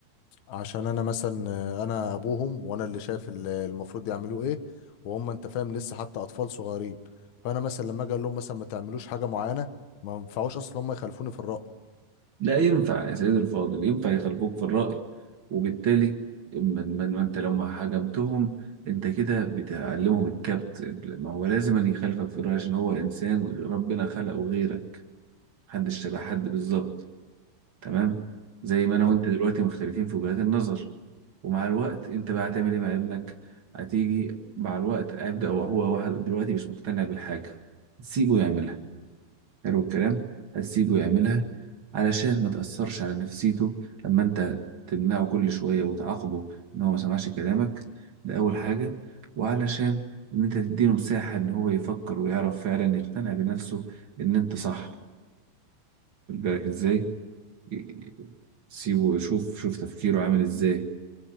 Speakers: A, on the left (about 80°); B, on the right (about 50°).
A: عشان انا مثلا آه، انا ابوهم وانا اللي شايف ال- المفروض يعملوه ايه وهم انت فاهم لسه حتى اطفال صغيرين فانا مثلا لما اجي اقول لهم مثلا ما تعملوش حاجه معينه ما ينفعوش اصلا هم يخالفوني في الراي
B: لا ينفع يا سيدي الفاضل ينفع يخلفوك في الرأي وبالتالي ما ما- ما انت لو ما حجمتهم انت كده بتعلمهم الكبت ما هو لازم أن يخالفك في الرأي عشان هو إنسان ربنا خلقه غيرك محدش شبه حد بالظبط تمام؟ زي ما أنا
A: تمام
B: وأنت دلوقتي مختلفين في وجهات النظر ومع الوقت انت بقى هتعمل ايه مع ابنك؟ هتيجي مع الوقت هيبدأ وهو واحد دلوقتي مش مقتنع بالحاجة هتسيبه يعملها حلو الكلام هتسيبه يعملها علشان ما تأثرش على نفسيته لما انت تمنعه كل شوية وتعاقبه ان هو ما سمعش كلامك ده أول حاجة وعلشان ان انت تديله مساحة ان هو يفكر ويعرف فعلا يقتنع بنفسه ان انت صح خد بالك ازاي ي- سيبه شوف شوف تفكيره عامل ازاي